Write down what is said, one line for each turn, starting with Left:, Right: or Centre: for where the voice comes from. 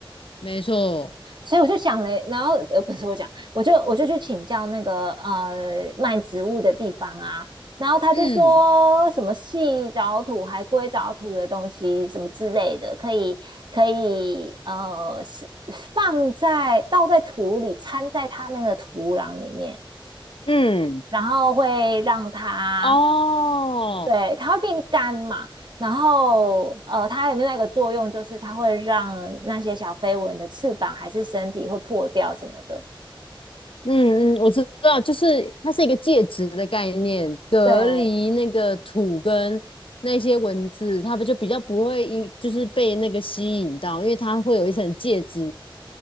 Left: 没错，
Right: 所以我就想了，然后呃不是我讲，我就我就去请教那个呃卖植物的地方啊，然后他就说什么细藻土、
Left: 嗯
Right: 还龟藻土的东西什么之类的，可以可以呃是放在倒在土里，掺在它那个土壤里面。
Left: 嗯，
Right: 然后会让它
Left: 哦，
Right: 对，它会变干嘛，然后呃，它有另外一个作用就是它会让那些小飞蚊的翅膀还是身体会破掉什么的。
Left: 嗯嗯，我知道，就是它是一个介质的概念，隔离那个土跟那些文字，
Right: 对
Left: 它不就比较不会因就是被那个吸引到，因为它会有一层介质，